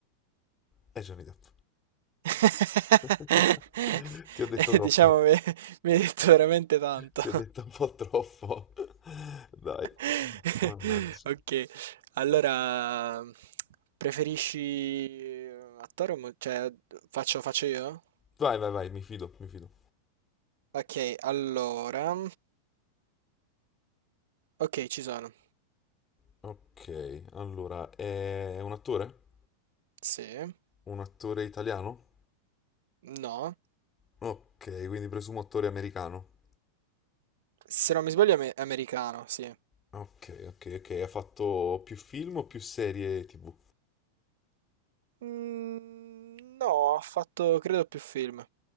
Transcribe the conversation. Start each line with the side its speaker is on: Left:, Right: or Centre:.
Left: È Johnny Depp.
Right: <laughs>
Left: <laughs> Ti ho detto
Right: Eh,
Left: troppo.
Right: Diciamo, mi mi hai detto veramente tanto.
Left: Ti ho detto un po' troppo. <laughs> Dai.
Right: <laughs>
Left: Mannaggia.
Right: Ok, allora preferisci eh, attore o mo- cioè faccio, faccio io?
Left: Vai, vai, vai, mi fido, mi fido.
Right: Ok, allora. Ok, ci sono.
Left: Ok, allora, è un attore?
Right: Sì.
Left: Un attore italiano?
Right: No.
Left: Ok, quindi presumo attore americano.
Right: Se non mi sbaglio è ame- americano, sì.
Left: Ok, ok, ok, ha fatto più film o più serie TV?
Right: Mm, no, ha fatto credo più film.